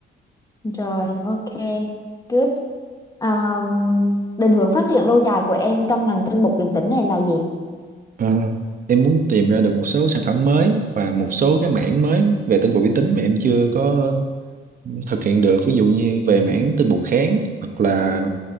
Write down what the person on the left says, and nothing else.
Rồi ok good um, định hướng phát triển lâu dài của em trong ngành tinh bột điện tử này là gì